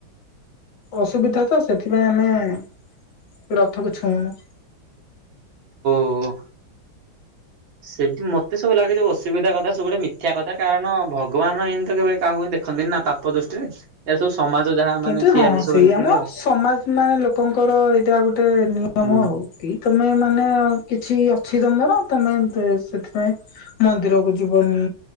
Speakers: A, on the left (about 65°); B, on the right (about 70°).
A: ଅସୁବିଧା ତ ସେଥିପାଇଁ ଆମେ ରଥକୁ ଛୁଉଁନୁ।
B: ଓହୋ। ସେମତି ମତେ ସବୁ ଲାଗେ ଯେ ଯୋଉ ଅସୁବିଧା କଥା ସବୁଡେ ମିଥ୍ୟା କଥା କାରଣ ଭଗବାନ ଏମତି ତ କେବେ କାହାକୁ ଦେଖନ୍ତିନି ନା ପାପ ଦୃଷ୍ଟିରେ ଏ ସବୁ ସମାଜ ଯାହା
A: କିନ୍ତୁ
B: ମାନେ ତିଆରି
A: ହଁ
B: ସବୁ
A: ସେଇ
B: ଏମିତି
A: ଆମ
B: ଆଉ।
A: ସମାଜ ମାନେ ଲୋକଙ୍କର ଏଇଟା ଆଉ ଗୋଟେ ନିୟମ
B: ହୁଁ।
A: ଆଉ କି ତମେ ମାନେ କିଛି ଅଛି ତମର ତମେ ସେଥିପାଇଁ ମନ୍ଦିରକୁ ଯିବନି